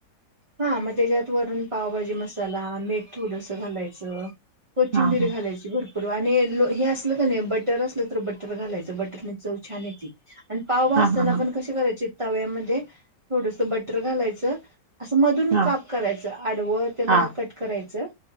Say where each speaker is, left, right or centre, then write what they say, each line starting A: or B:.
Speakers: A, on the right; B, on the right.
A: हा मग त्याच्यात वरून पावभाजी मसाला मीठ थोडस घालायचं. कोथिंचिंभीर
B: हा हा
A: घालायची भरपूर आणि हे असलं का नाही बटर असलं तर बटर घालायचं बटरने चव छान येते. आणि पाव भजताना
B: हा हा हा
A: आपण कसे करायचे तव्यामध्ये थोडस बटर घालायचं. असं मधून
B: हा
A: काप करायचं आडवं त्याला
B: हा
A: कट करायचं